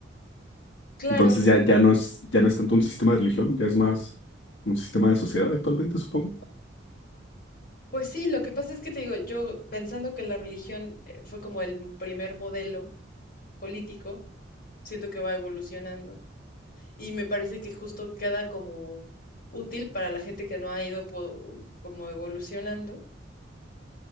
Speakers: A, on the left (about 50°); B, on the left (about 75°).
A: Claro,
B: Entonces ya, ya no es, ya no es tanto un sistema de religión, ya es más un sistema de sociedad actualmente, supongo.
A: pues sí, lo que pasa es que te digo, yo pensando que la religión eh, fue como el primer modelo político, siento que va evolucionando y me parece que justo queda como útil para la gente que no ha ido po- como evolucionando,